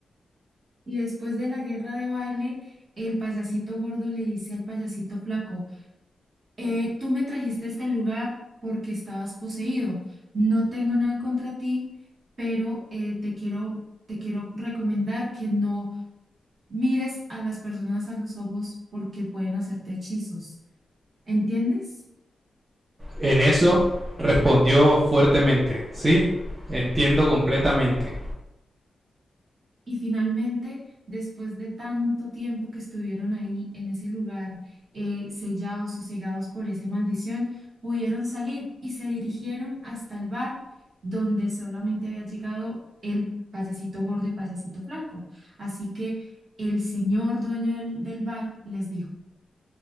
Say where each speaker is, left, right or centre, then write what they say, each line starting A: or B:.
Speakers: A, on the right; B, on the right.
A: Y después de la guerra de baile, el payasito gordo le dice al payasito flaco, "Eh, tú me trajiste a este lugar porque estabas poseído. No tengo nada contra ti, pero eh, te quiero, te quiero recomendar que no mires a las personas a los ojos porque pueden hacerte hechizos, ¿entiendes?
B: En eso respondió fuertemente, sí, entiendo completamente.
A: Y finalmente, después de tanto tiempo que estuvieron ahí en ese lugar, eh, sellados, sosegados por esa maldición, pudieron salir y se dirigieron hasta el bar donde solamente había llegado el payasito gordo y payasito flaco. Así que el señor dueño del, del bar les dijo,